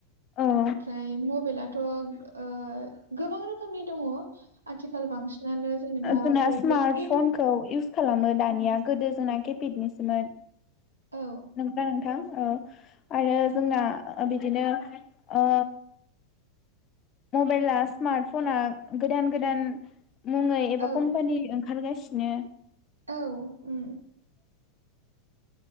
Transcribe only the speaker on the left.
औ
जोंना
स्मार्ट फनखौ
इउस खालामो दानिया गोदो जोंना कीफेटनिसोमोन।
नोंगौना नोंथां। औ आरो
जोंना ओ बिदिनो ओ मबाइला स्मार्टफना गोदान गोदान मुङै एबा
कम्पानि ओंखारगासिनो।